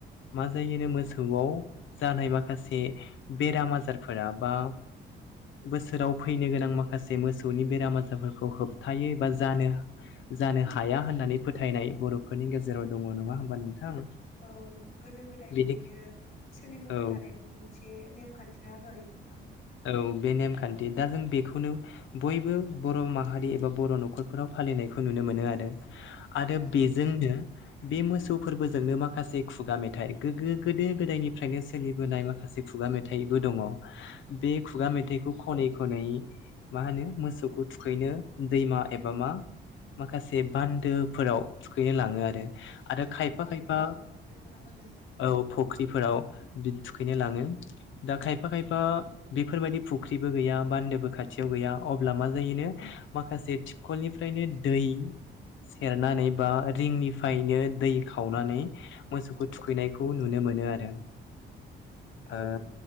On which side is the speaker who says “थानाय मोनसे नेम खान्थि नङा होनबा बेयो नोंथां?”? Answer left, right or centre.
Left